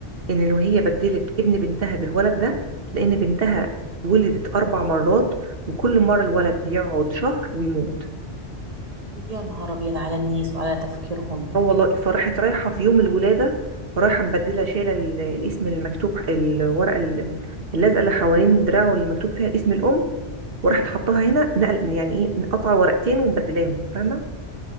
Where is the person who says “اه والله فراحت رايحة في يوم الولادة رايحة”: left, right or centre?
Right